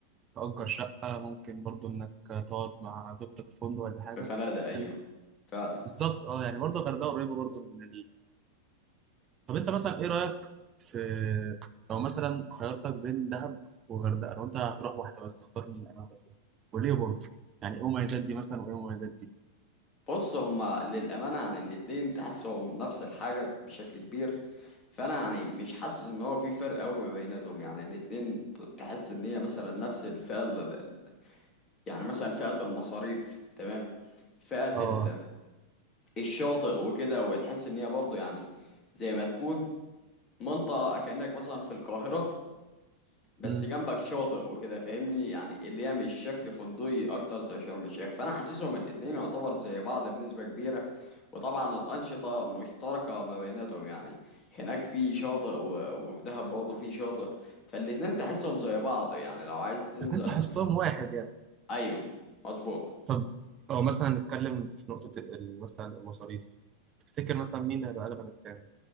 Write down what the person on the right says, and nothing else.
تأجر شقه ممكن برضه انك آه، تقعد مع زوجتك في فندق ولا حاجه
يعني
بالظبط اه يعني برضه الغردقه قريبه برضه من طب انت مثلا ايه رايك في لو مثلا خيرتك بين دهب وغردقه لو انت هتروح واحده بس تختار مين انا واحده فيهم وليه برضه يعني ايه مميزات دي مثلا وايه مميزات دي
اه
امم
الاثنين تحسهم واحد يعني
طب او مثلا نتكلم في نقطه ال- مثلا المصاريف تفتكر مثلا مين اللي هيبقى اغلى من التاني